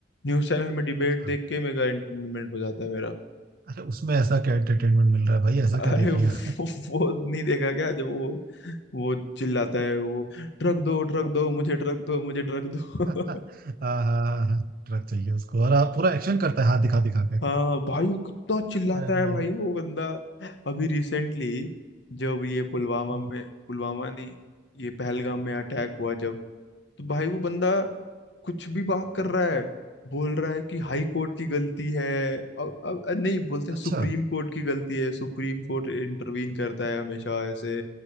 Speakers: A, on the left; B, on the right.
A: न्यूज चैनल में डिबेट
B: अच्छा
A: देख के मेरा एंटरटेनमेंट हो जाता है मेरा
B: अरे उसमें ऐसा क्या एंटरटेनमेंट मिल रहा है भाई ऐसा
A: अरे
B: क्या देख
A: वो,
B: लिया <laughs>
A: वो नहीं देखा क्या जब वो वो चिल्लाता है वो ड्रग दो ड्रग दो मुझे ड्रग दो मुझे ड्रग दो
B: हाँ हाँ हाँ हाँ, ट्रक चाहिए उसको और आप पूरा एक्शन करता है हाथ दिखा दिखा के
A: हाँ भाई वो कितना चिल्लाता
B: अरे
A: है भाई वो बंदा अभी रिसेंटली जब ये पुलवामा
B: हम्म,
A: में पुलवामा नहीं ये पहलगाम में अटैक हुआ जब तो भाई वो बंदा कुछ भी बात कर रहा है बोल रहा है कि हाई कोर्ट की गलती है अब अब अब नहीं बोलते
B: अच्छा
A: हैं सुप्रीम कोर्ट की गलती है सुप्रीम कोर्ट इंटरवीन करता है हमेशा ऐसे